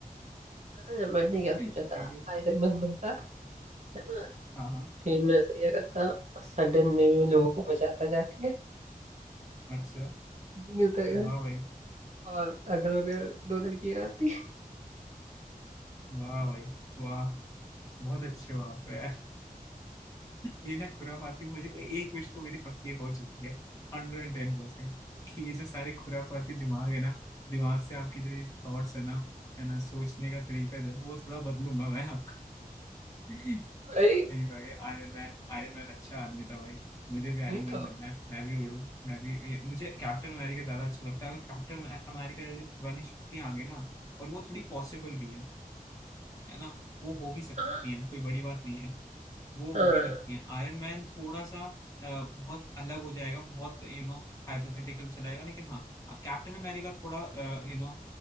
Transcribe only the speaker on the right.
पता है मैंने
क्या सोचा
था
आयरन मैन बनता है ना
फिर मैं ऐसा क्या करता सडन में मैं लोगों को बचाता जाके
ऐसे नहीं होता है।
और अगल बगल दो लड़कियां आती
अरे
नहीं
तो
हाँ
हाँ